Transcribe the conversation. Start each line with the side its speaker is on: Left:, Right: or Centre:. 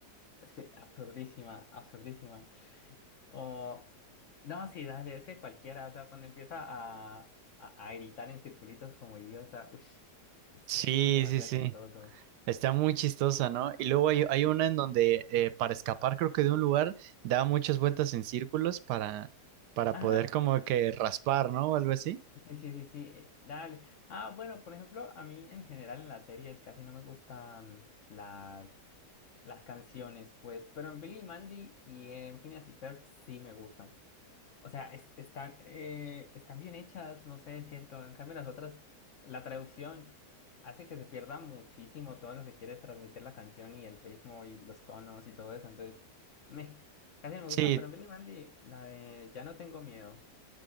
Left: es que absurdísima, absurdísima. O, no, sí, dale, es que cualquiera, o sea, cuando empieza a, a, a gritar en circulitos como idiota, uff, es,
Right: Sí,
Left: es que es demasiado
Right: sí, sí.
Left: chistoso.
Right: Está muy chistosa, ¿no? Y luego hay, hay una en donde eh, para escapar, creo que de un lugar, da muchas vueltas en círculos para, para
Left: Ajá,
Right: poder como que raspar, ¿no? O algo así.
Left: sí, sí, sí, sí, eh, dale. Ah, bueno, por ejemplo, a mí en general en las series casi no me gustan las, las canciones, pues, pero en Billy y Mandy y en Phineas y Ferb sí me gustan. O sea, es- están, eh, están bien hechas, no sé, siento. En cambio, las otras, la traducción hace que se pierda muchísimo todo lo que quiere transmitir la canción y el ritmo y los tonos y todo eso. Entonces, me, casi no me
Right: Sí,
Left: gustan. Pero en Billy Mandy, la de Ya no tengo miedo.